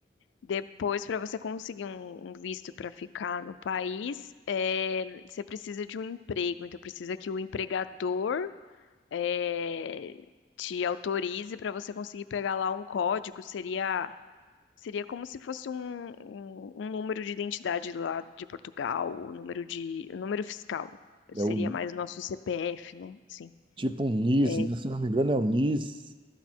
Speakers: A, on the left (about 80°); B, on the right (about 25°).
A: Depois, para você conseguir um, um visto para ficar no país, eh, você precisa de um emprego. Então, precisa que o empregador eh, te autorize para você conseguir pegar lá um código. Seria, seria como se fosse um, um, um número de identidade lá de Portugal, o número de, o número fiscal.
B: é
A: Seria
B: o,
A: mais o nosso CPF, né? Sim.
B: tipo um NIS,
A: É,
B: né? Se não me engano, é o NIS,